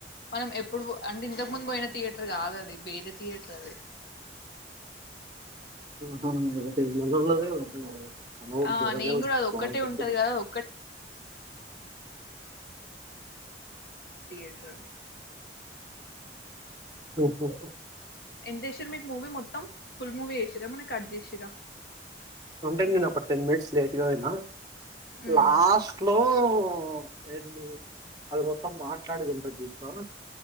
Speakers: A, on the left; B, on the right.
A: మనం ఎప్పుడు పో అంటే ఇంతకు ముందు బోయిన థియేటర్ గాదు అది వేరే థియేటర్ అది
B: ఉహు ఇంగ తెలియానోళ్లదే మన్ ఊరు
A: ఆ
B: దొర
A: నేను
B: దేవుడ్
A: కూడా అది ఒక్కటే
B: బావుటాధిగా
A: ఉంటది కదా అది ఒక్కటే థియేటర్నే
B: ఓహో
A: ఎంతషీర్ మీకు మూవీ మొత్తం ఫుల్ మూవీ ఎషిరా ఏమైనా కట్ జెషిరా
B: అంటే మీర్ ఒక టెన్ డేస్ లేట్ గా గణేన
A: ఉమ్
B: లాస్ట్ లో ఓ ఏంది అది మొత్తం మాట్లాడేది ఉంటది చూష్ణవ